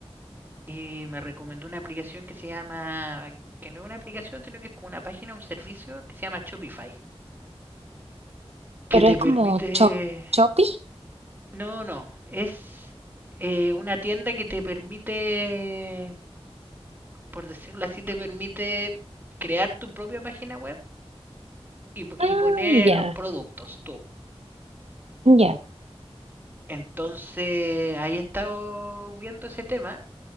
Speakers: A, on the right; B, on the right.
A: y me recomendó una aplicación que se llama, que no es una aplicación, sino que es como una página, un servicio que se llama Shopify, que
B: Pero
A: te
B: es
A: permite,
B: como. Chop, Choppy.
A: no, no, es eh, una tienda que te permite, por decirlo así, te permite crear tu propia página web y,
B: Ah,
A: y poner
B: ya,
A: los productos tú.
B: ya,
A: Entonces, ahí he estado viendo ese tema